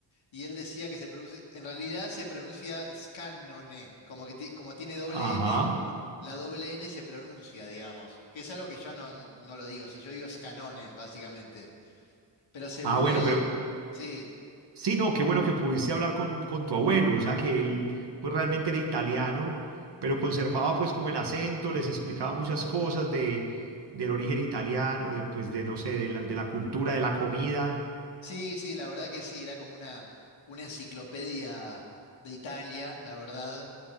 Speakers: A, on the left (about 85°); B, on the right (about 60°).
A: y él decía que se produce, en realidad se pronuncia Scannone, como que ti- como tiene doble
B: Ajá.
A: N, la doble N se pronuncia, digamos, que es algo que yo no, no lo digo, si yo digo Scannone, básicamente, pero según
B: Ah, bueno,
A: él,
B: pero
A: sí.
B: sí, no, qué bueno que pudiste hablar con, con tu abuelo, o sea que él pues realmente era italiano, pero conservaba pues como el acento, les explicaba muchas cosas de, del origen italiano, de, pues de, no sé, de la, de la cultura, de la comida,
A: Sí, sí, la verdad que sí, era como una, una enciclopedia de Italia, la verdad.